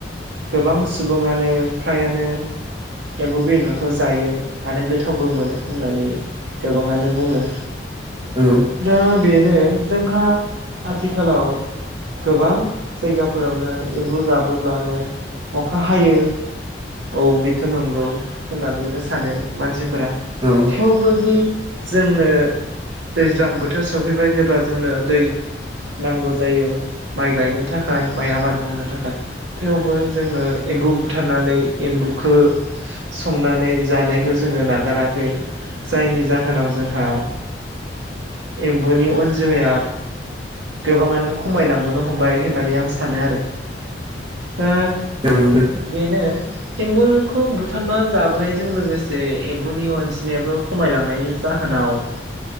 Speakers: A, on the right; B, on the right.
A: गोबां सुबुङानो फ्रायानो एम्बु बेदरखौ जायो आरो गोथावबो मोनो होननानै गोबाङानो बुंङो
B: औ
A: दा बेनो जोंहा आथिखालाव गोबां जायगाफोरावनो एम्बु गाबोब्लानो अखा हायो औ बेथ नंगौ होननानैबो सानो मानसिफोरा
B: औ
A: बेखौ बि जोंनो दैज्लां बोथोर सफैबाय जेब्ला जोंनो दै नांगौ जायो माइ गायनो थाखाय माइ आबाद मावनो थाखाय थेवबो जोङो एम्बु बुथारनानै एम्बुखौ संनानै जानायखौ जोंङो नागाराखै जायनि जाहोनाव जोंहा एम्बुनि अनजिमाया गोबाङानो खमायलांबोनो हमबाय होननानै आं सानो आरो <unintelligible>
B: <unintelligible>
A: बेनो एम्बुखौ बुथारना जाबोनायजों लोगोसे एम्बुनि अनजिमायाबो खमायलांनायनि जाहोनाव